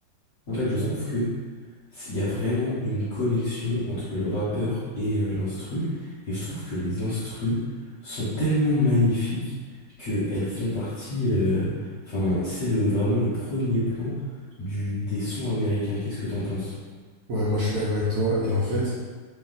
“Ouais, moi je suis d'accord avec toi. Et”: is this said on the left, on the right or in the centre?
Right